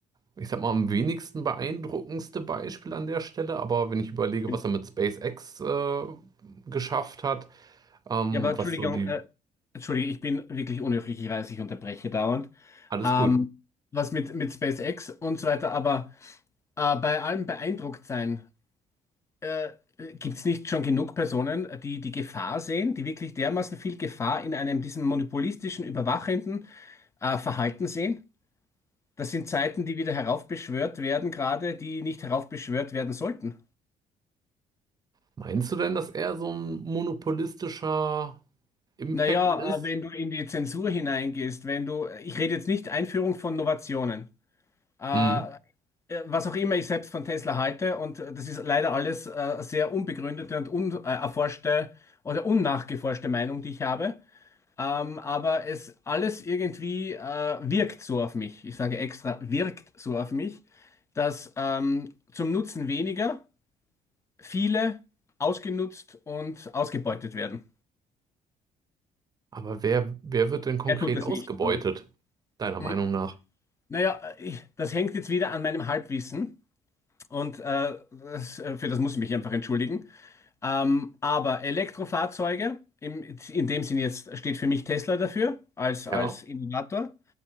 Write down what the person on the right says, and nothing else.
ich sag mal, am wenigsten beeindruckendste Beispiel an der Stelle. Aber wenn ich überlege,
was er mit SpaceX, äh, geschafft hat, ähm,
was so die,
alles
gut.
Meinst du denn, dass er so ein monopolistischer Impact
ist?
Hm.
Aber wer, wer wird denn konkret
ausgebeutet,
deiner Meinung
nach?
Ja,